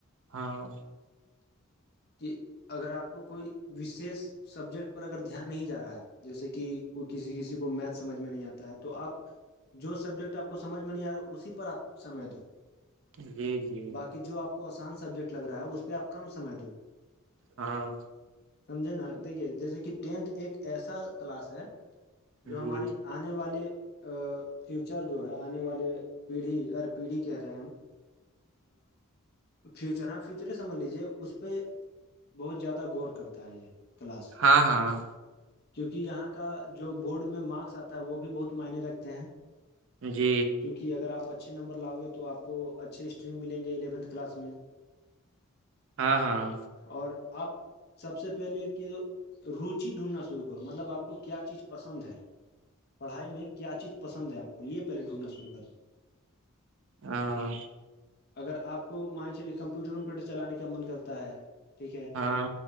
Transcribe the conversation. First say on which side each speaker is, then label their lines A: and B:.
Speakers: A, on the right; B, on the left.
A: ہاں
B: کہ اگر آپ کو کوئی وشیش سبجیکٹ پر اگر دھیان نہیں جا رہا ہے جیسے کہ کوئی کسی کسی کو میتھ سمجھ میں نہیں آتا ہے تو آپ جو سبجیکٹ آپ کو سمجھ میں نہیں آ رہا اسی پر آپ سمج دو <unintelligible>
A: جی جی
B: باقی جو آپ کو آسان سبجیکٹ لگ رہا ہے اس پہ آپ کم سمے دو
A: ہاں
B: سمجھے نا دیکھیے جیسے کہ ٹینتھ ایک ایسا کلاس ہے جو
A: جی
B: ہماری آنے والے ا فیوچر جو ہے آنے والے پیڑھی ہر پیڑھی کہہ رہے ہیں ہم فیوچر ہ فیوچر ہے سمجھ لیجے اس پہ بہت زیادہ غور کرتا ہے یہ کلاس
A: ہاں ہاں
B: کیوںکہ یہاں کا جو بورڈ میں مارکس آتا ہے وہ بھی بہت معنی رکھتے ہیں
A: جی
B: کیونکہ اگر آپ اچھے نمبر لاؤ گے تو آپ کو اچھے اسٹریم ملیں گے الیونتھ کلاس میں
A: ہاں ہاں
B: اور آپ سب سے پہلے کہ روجی ڈھونڈنا شروع کر <unintelligible> مطلب آپ کو کیا چیز پسند ہے پڑھائی میں کیا چیز پسند ہے آپ کو یہ پہلے ڈھونڈنا شروع کروں
A: ہاں
B: اگر آپ کو مان چلیے کمپیوٹر ومپیوٹر چلانے کا من کرتا ہے ٹھیک ہے
A: ہاں